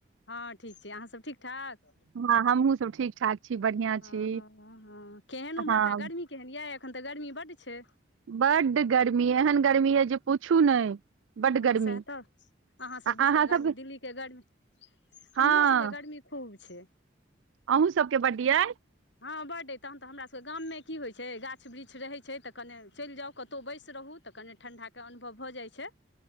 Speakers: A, on the left; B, on the right.
A: हँ ठीक छै अहाँसभ ठीक ठाक
B: हँ हमहुँ सब ठीक ठाक छी बढ़िआँ
A: ओ
B: छी
A: केहन ओम्हरका
B: हँ
A: गर्मी केहन यऽ एखन तऽ गर्मी बड्ड छै
B: बड्ड गर्मी एहन गर्मी यऽ जे पूछू नहि बड्ड
A: हँ
B: गर्मी
A: सएह तऽ अहाँसभ
B: आ
A: दिशका
B: अहाँ
A: गर्मी
B: सबके
A: दिल्लीके गर्मी हमरो
B: हँ
A: सबके गर्मी खूब छै
B: अहूँ सबके बड्ड यै
A: हँ बड्ड अइ तखन तऽ हमरासभके गाममे की होइत छै गाछ वृक्ष रहैत छै तऽ कने चलि जाउ कतहु बैसि रहू तऽ कनि ठण्डाके अनुभव भऽ जाइ छै